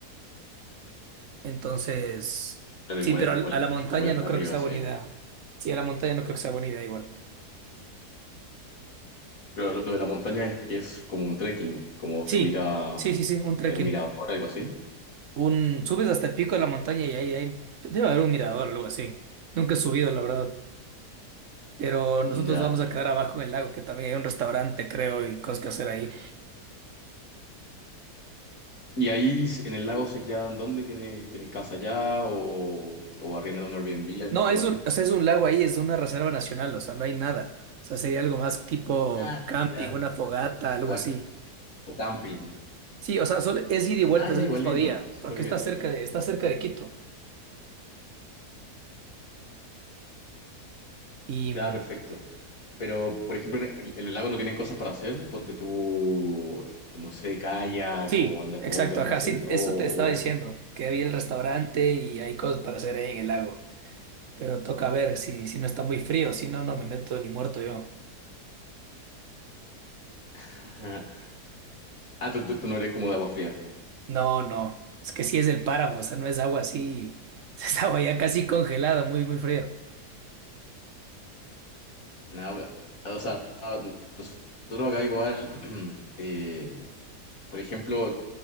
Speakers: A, on the right; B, on the left.
A: Entonces,
B: Pero
A: sí,
B: igual,
A: pero al-
B: igual,
A: a, la montaña
B: igual hasta
A: no creo
B: arriba,
A: que sea
B: sí.
A: buena idea. Sí, a la montaña no creo que sea buena idea igual.
B: Pero lo, lo de la montaña es que es como un trekking, como
A: Sí,
B: subir a
A: sí, sí, sí, un trekking.
B: algún mirador, algo así.
A: Un, subes hasta el pico de la montaña y ahí, ahí debe haber un mirador o algo así. Nunca he subido, la verdad. Pero
B: Ya.
A: nosotros vamos a quedar abajo en el lago, que también hay un restaurante, creo, y cosas que hacer ahí.
B: Y ahí s- en el lago se quedan, ¿dónde tienes, tienes casa allá? O, o arriendan un Airbnb,
A: No,
B: algo
A: es
B: así.
A: un, o sea, es un lago ahí, es una reserva nacional, o sea, no hay nada. O sea, sería algo más tipo
B: Ah,
A: camping,
B: ya.
A: una fogata, algo
B: ¿Verdad?
A: así.
B: Como Camping.
A: Sí, o sea, solo es ida y vuelta,
B: Ah,
A: es
B: ya,
A: el
B: igual
A: mismo
B: lindo,
A: día,
B: súper
A: porque
B: bien.
A: está cerca de, está cerca de Quito. Y
B: Ya,
A: mm,
B: perfecto. Pero, por ejemplo, en el, en el lago no tienen cosas para hacer. Ponte tú, no sé, kayak
A: sí,
B: o andar
A: exacto,
B: en bote, algo
A: ajá,
B: así.
A: sí,
B: O,
A: eso te estaba
B: o
A: diciendo,
B: es...
A: que había el restaurante y hay cosas para hacer ahí en el lago, pero toca ver si, si no está muy frío, si no, no me meto ni muerto yo.
B: <laughs> Ah, tú, tú- tú no eres como de agua fría.
A: No, no, es que sí es del páramo, o sea, no es agua así, <laughs> es agua ya casi congelada, muy, muy frío.
B: Nada, o sea, nosotros acá igual, <clears throat> eh, por ejemplo,